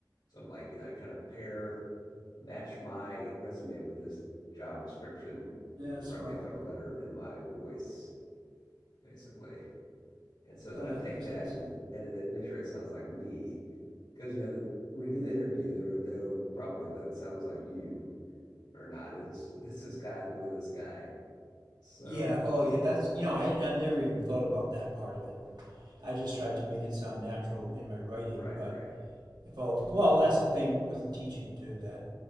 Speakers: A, on the left (about 85°); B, on the right (about 65°).
A: So I'm like, you know, I kind of pair match my resume with this job description
B: Yeah,
A: and
B: smart.
A: write me a cover letter in my voice, basically. And so
B: Oh,
A: then I
B: that
A: take
B: makes
A: that
B: sense.
A: and edit it, make sure it sounds like me. Because, you know, the, when you do the interview, they're going to know probably if that sounds like you or not. Is is this guy really this guy? So,
B: Yeah.
A: um,
B: Oh yeah. That's you know I I never even thought about that part of it. I just tried to make it sound natural in my writing,
A: right,
B: but
A: right.
B: if all well that's the thing with teaching too that